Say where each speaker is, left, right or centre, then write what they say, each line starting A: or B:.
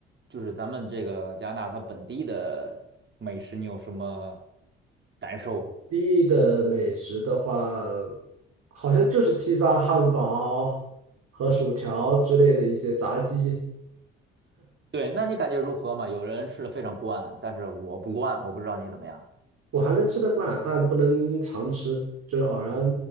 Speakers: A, on the right; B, on the right.
A: 就是咱们这个加拿大它本地的美食，你有什么感受？
B: 地的美食的话，好像就是披萨、汉堡和薯条之类的一些炸鸡，
A: 对，那你感觉如何嘛？有人吃的非常惯，但是我不惯，我不知道你怎么样。
B: 我还能吃得惯，但不能常吃，就是偶然